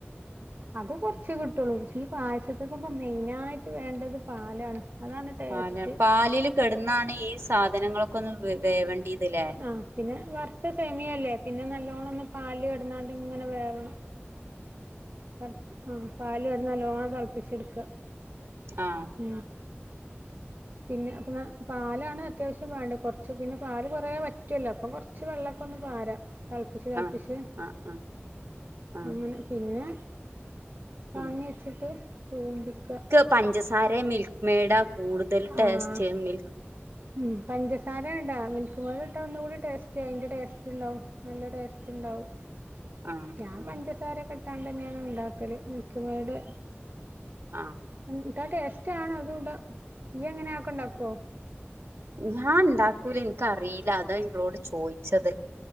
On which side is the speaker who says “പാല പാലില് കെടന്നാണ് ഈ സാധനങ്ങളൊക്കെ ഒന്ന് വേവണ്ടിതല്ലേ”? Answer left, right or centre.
Right